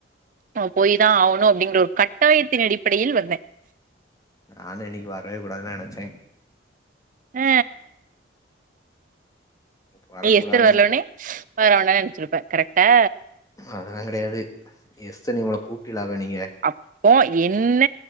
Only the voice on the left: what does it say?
நானு இன்னிக்கி வரவே கூடாதுன் நெனச்ச
இன்னைக்கு வரக்கூடாதுன்னு
அதெல்லாங் கெடையாது எஸ்தர் நீங்க அவள கூப்டிலாக நீங்க